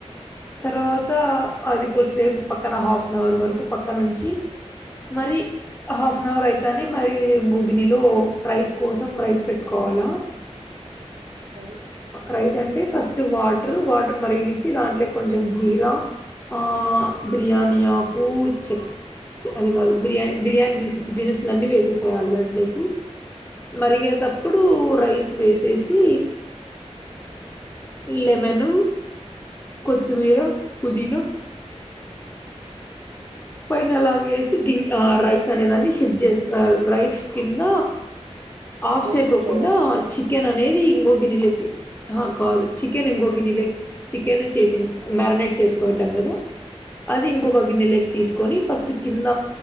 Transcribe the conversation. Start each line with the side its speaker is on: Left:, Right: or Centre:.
Left: తర్వాత అది కొద్దిసేపు పక్కన హాఫ్ నవర్ వరకు పక్కనుంచి మరి హాఫ్ నవర్ అయితానే మరి ఓ గిన్నిలో రైస్ కోసం రైస్ పెట్టుకోవా వాల
Right: అన్
Left: రైస్ అంటే ఫస్ట్ వాటర్ వాటర్ మరిగనిచ్చి దాంట్లోకి కొంచెం జీరా ఆ బిర్యానీ ఆకు చె అది గాదు బిర్యాని బిర్యానీ దిస్ దినుసులు అన్నీ వేసేసేయాలి దాంట్లేకి మరిగేతప్పుడు రైస్ వేసేసి లెమను కొత్తిమీర పుదీనా పైన అలాగేస్ తి గిన్ ఆ రైస్ అనేదాన్ని షిఫ్ట్ చేసుకోవాలి రైస్ కింద ఆఫ్
Right: మిక్స్
Left: చేయకోకుండా
Right: చేయాలా
Left: చికెన్ అనేది ఇంగొ గిన్నెలేకి హా కాదు చి చికెన్ ఇంకొక గన్నిలక్
Right: ఆ
Left: చికెను చేసిన్ మ్యారినేట్ చేసుకోవుంటాం కదా అది ఇం కోక గిన్నెలేకి తీసు ఫస్ట్ కింద